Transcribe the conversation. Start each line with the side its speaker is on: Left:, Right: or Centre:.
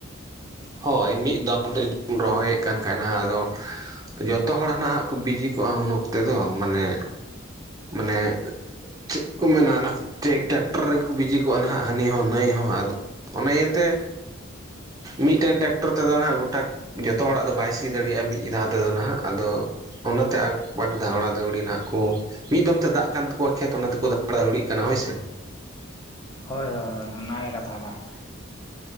Right: ᱦᱚᱭ ᱢᱤᱫ ᱫᱷᱟᱣ ᱛᱮ ᱡᱩᱫᱤᱚᱱ ᱨᱚᱦᱚᱭᱮᱫ ᱠᱷᱟᱱ ᱟᱫᱚ ᱡᱚᱛᱚ ᱦᱚᱲ ᱦᱟᱱᱟᱜ ᱠᱚ ᱵᱤᱡᱤ ᱠᱚᱜᱼᱟ ᱩᱱ ᱚᱠᱛᱚ ᱫᱚ ᱢᱟᱱᱮ, ᱢᱟᱱᱮ ᱪᱮᱫ ᱠᱚ ᱢᱮᱱᱟ ᱚᱱᱟ ᱴᱟᱠᱴᱚᱨ ᱨᱮᱜᱮ ᱠᱚ ᱵᱤᱡᱤ ᱠᱚᱜᱼᱟ ᱱᱟᱦᱟᱜ ᱦᱟᱹᱱᱤ ᱦᱚᱸ ᱱᱟᱹᱭ ᱦᱚᱸ ᱾ ᱚᱱᱟ ᱤᱭᱟᱹᱛᱮ ᱢᱤᱫᱴᱮᱱ ᱴᱮᱠᱴᱚᱨ ᱛᱮᱫᱚ ᱱᱟᱦᱟᱜ ᱜᱚᱴᱟ ᱡᱚᱛᱚ ᱦᱚᱲᱟᱜ ᱫᱚ ᱵᱟᱭ ᱥᱤ ᱫᱟᱲᱮᱭᱟᱜᱼᱟ ᱢᱤᱫ ᱫᱷᱟᱣ ᱛᱮᱫᱚ ᱱᱟᱦᱟᱜ ᱾ ᱟᱫᱚ ᱚᱱᱟᱛᱮ ᱟᱠ ᱵᱟᱠ ᱫᱷᱟᱣᱲᱟ ᱫᱷᱟᱹᱣᱲᱤ ᱱᱟᱦᱟᱜ ᱠᱚ ᱾ ᱢᱤᱫ ᱫᱚᱢ ᱛᱮ ᱫᱟᱜ ᱠᱟᱱ ᱛᱟᱠᱚᱣᱟ ᱠᱷᱮᱛ ᱚᱱᱟ ᱛᱮᱠᱚ ᱫᱷᱟᱣᱲᱟ ᱫᱷᱟᱹᱣᱲᱤᱜ ᱠᱟᱱᱟ ᱦᱚᱭ ᱥᱮ ᱾
Left: ᱦᱚᱭ ᱦᱚᱭ ᱦᱚᱭ ᱚᱱᱟ ᱜᱮ ᱠᱟᱛᱷᱟ ᱫᱚ ᱾